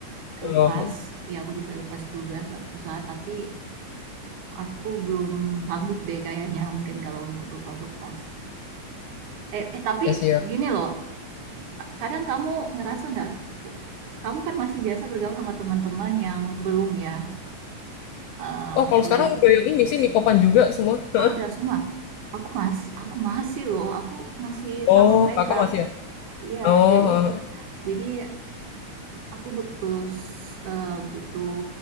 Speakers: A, on the right; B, on the left.
A: lepas
B: oh,
A: ya aku bisa lepas juga suatu saat tapi aku belum sanggup deh kayaknya mungkin kalau untuk lepas lepas eh, eh tapi
B: ya sih ya.
A: gini loh kadang kamu ngerasa nggak kamu kan masih biasa bergaul sama teman-teman yang belum ya eh,
B: Oh, kalau
A: belum
B: sekarang udah yang ini sih nikopan juga semua, <laughs>
A: Oh, udah semua? Aku masih aku masih loh, aku masih
B: Oh,
A: sama mereka.
B: Kakak masih ya?
A: Iya,
B: Oh,
A: jadi
B: heeh.
A: jadi aku butuh s- eh, butuh